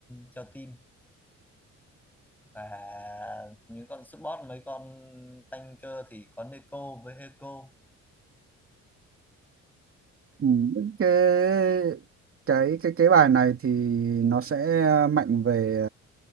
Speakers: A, in the centre; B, on the right.
A: cho team và những con support mấy con tanker thì có Neko với Eco
B: Ừ, cái cái cái cái bài này thì nó sẽ ờ, mạnh về